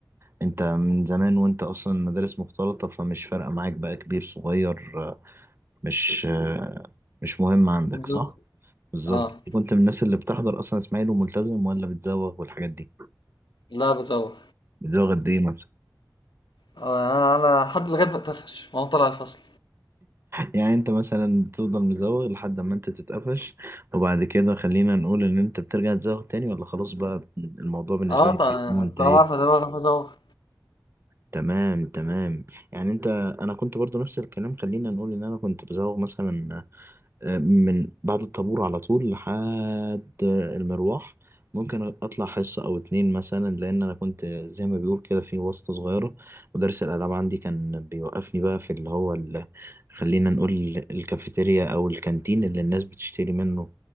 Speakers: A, on the right; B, on the left.
A: انت من زمان وانت اصلا مدارس مختلطة فمش فارقة معاك بقى كبير صغير آه، مش آه، مش مهم عندك
B: بالظبط
A: صح؟ بالظبط
B: اه
A: كنت من الناس اللي بتحضر اصلا اسماعيل وملتزم ولا بتزوغ والحاجات دي
B: لا بتزوغ
A: بتزوغ قد ايه مثلا
B: آه، انا لحد لغايه ما اتقفش ما هو طلع الفصل
A: يعني انت مثلا بتفضل مزوغ لحد ما انت تتقفش وبعد كده خلينا نقول ان انت بترجع تزوغ تاني ولا خلاص بقى الموضوع بالنسبة
B: اه
A: لك
B: طبعا
A: بيكون منتهي
B: طالما عارف ازوغ عارف ازوغ
A: تمام تمام يعني انت انا كنت برضو نفس الكلام خلينا نقول ان انا كنت بزوغ مثلا من بعد الطابور على طول لحد المروح ممكن اطلع حصة او اتنين مثلا لان انا كنت زي ما بيقول كده في واسطة صغيرة مدرس الالعاب عندي كان بيوقفني بقى في اللي هو ال... خلينا نقول الكافيتيريا او الكانتين اللي الناس بتشتري منه